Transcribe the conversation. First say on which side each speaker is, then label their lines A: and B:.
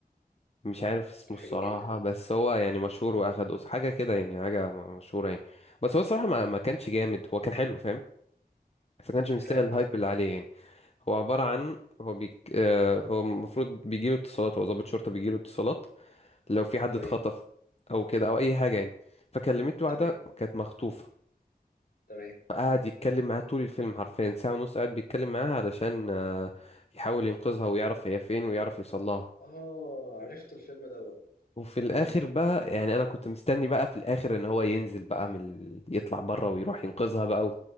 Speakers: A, on the left; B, on the left.
A: مش عارف اسمه
B: ده
A: الصراحة
B: حلو جدا
A: بس هو يعني مشهور واخد أوسcar حاجة كده يعني حاجة م- مشهورة يعني بس هو الصراحة ما, ما كانش جامد هو كان حلو فاهم بس ما كانش مستاهل
B: فاهم
A: الهايب
B: قصدك
A: اللي عليه يعني هو عبارة عن هو بيك آه هو المفروض بيجيله اتصالات هو ضابط شرطة بيجيله اتصالات لو في حد
B: تمام
A: اتخطف أو كده أو أي حاجة يعني فكلمت واحدة
B: تمام
A: كانت مخطوفة
B: تمام
A: فقعد يتكلم معاها طول الفيلم حرفيا ساعة ونص قاعد بيتكلم معاها علشان آه يحاول ينقذها ويعرف هي فين ويعرف يوصلها
B: اه عرفت الفيلم دوت
A: وفي الاخر بقى يعني انا كنت مستني بقى في الاخر ان هو ينزل بقى من ال... يطلع بره ويروح ينقذها بقى و...